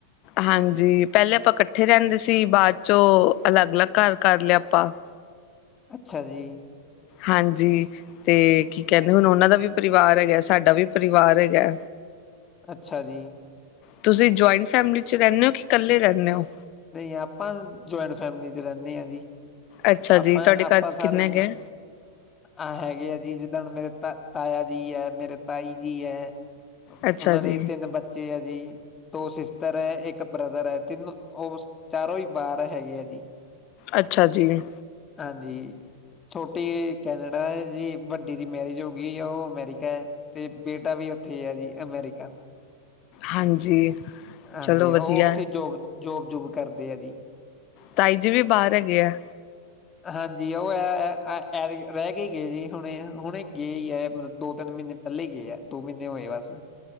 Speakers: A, on the left; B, on the left.
A: ਹਾਂਜੀ ਪਹਿਲੇ ਆਪਾਂ ਕੱਠੇ ਰਹਿੰਦੇ ਸੀ, ਬਾਅ ਚੋਂ ਅਲੱਗ-ਅਲੱਗ ਘਰ ਕਰ ਲਿਆ ਆਪਾਂ।
B: ਅੱਛਾ ਜੀ।
A: ਹਾਂਜੀ। ਤੇ ਕੀ ਕਹਿੰਦੇ ਹੁਣ ਓਨਾਂ ਦਾ ਵੀ ਪਰਿਵਾਰ ਹੈਗਾ ਸਾਡਾ ਵੀ ਪਰਿਵਾਰ ਹੈਗਾ
B: ਅੱਛਾ ਜੀ।
A: ਤੁਸੀਂ ਜੁਆਇੰਟ ਫੈਮਿਲੀ ਚ ਰੈਨੇ ਓ ਕਿ ਕੱਲੇ ਰੈਨੇ ਓ?
B: ਨਈ ਆਪਾਂ ਜੁਆਇੰਟ ਫੈਮਿਲੀ ਚ ਰੈਨੇ ਆ ਜੀ।
A: ਅੱਛਾ ਜੀ
B: ਆਪਾਂ-ਆਪਾਂ
A: ਤੁਹਾਡੇ ਘਰ ਚ
B: ਸਾਰੇ
A: ਕਿੰਨੇ ਹੈਗੇ
B: ਆਹ ਹੈਗੇ ਆ ਜੀ ਜਿੱਦਾਂ ਮੇਰੇ ਤਾ ਤਾਇਆ ਜੀ ਐ ਮੇਰੇ ਤਾਈ ਜੀ ਐ। ਓਨਾਂ
A: ਅੱਛਾ
B: ਦੇ
A: ਜੀ,
B: ਤਿੰਨ ਬੱਚੇ ਆ ਜੀ ਦੋ ਸਿਸਟਰ ਐ ਇੱਕ ਬ੍ਰਦਰ ਐ ਤਿੰਨੋ ਓ ਚਾਰੋਂ ਈ ਬਾਅਰ ਹੈਗੇ ਆ ਜੀ।
A: ਅੱਛਾ ਜੀ।
B: ਹਾਂਜੀ। ਛੋਟੀ ਕੈਨੇਡਾ ਏ ਜੀ ਵੱਡੀ ਦੀ ਮੈਰਿਜ ਹੋ ਗਈ ਆ ਓ ਅਮੈਰੀਕਾ ਐ। ਤੇ ਬੇਟਾ ਵੀ ਉੱਥੇ ਐ ਜੀ ਅਮੈਰੀਕਾ।
A: ਹਾਂਜੀ
B: ਹਾਂਜੀ
A: ਚਲੋ ਵਧੀਆ।
B: ਓ ਉੱਥੇ ਜੋਬ-ਜੋਬ-ਜੋਬ ਕਰਦੇ ਆ ਜੀ।
A: ਤਾਈ ਜੀ ਵੀ ਬਾਹਰ ਹੈਗੇ ਆ?
B: ਹਾਂਜੀ ਓ ਐ ਰਹਿ ਕੇ ਗਏ ਜੀ ਹੁਣੇ-ਹੁਣੇ ਗਏ ਈ ਐ ਮਤਲਬ ਦੋ ਤਿੰਨ ਮਹੀਨੇ ਕੱਲੈ ਗਏ ਦੋ ਮਹੀਨੇ ਹੋਏ ਆ ਬਸ